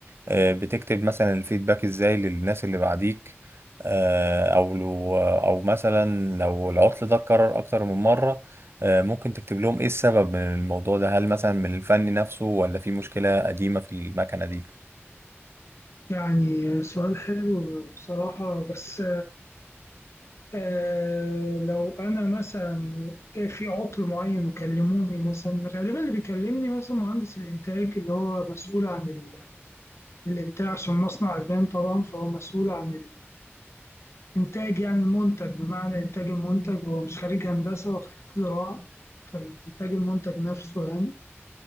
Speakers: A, on the right; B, on the left.
A: آه، بتكتب مثلا الفيدباك ازاي للناس اللي بعديك آه، او لو او مثلا لو العطل ده اتكرر اكتر من مرة آه، ممكن تكتب لهم ايه السبب من الموضوع ده هل مثلا من الفني نفسه ولا في مشكلة قديمة في المكنة دي
B: يعني سؤال حلو بصراحة بس آه لو انا مثلا في عطل معين وكلموني مثلا غالبا اللي بيكلمني مثلا مهندس الانتاج اللي هو مسؤول عن ال- الانتاج عشان مصنع البان طبعا فهو مسؤول عن الانتاج يعني المنتج بمعنى انتاج المنتج هو مش خريج هندسه هو خريج زراعه فالانتاج المنتج نفسه يعني